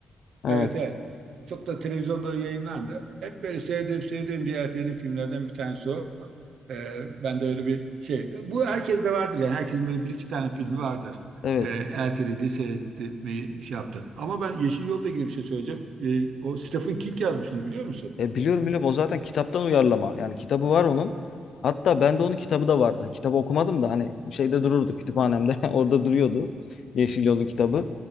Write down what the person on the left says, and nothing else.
Evet.
Evet.
E, biliyorum
biliyorum o zaten kitaptan uyarlama. Yani kitabı var onun. Hatta bende onun kitabı da vardı. Hani Kitabı okumadım da hani şeyde dururdu kütüphanemde. <laughs> Orada duruyordu. Yeşil Yol'un kitabı.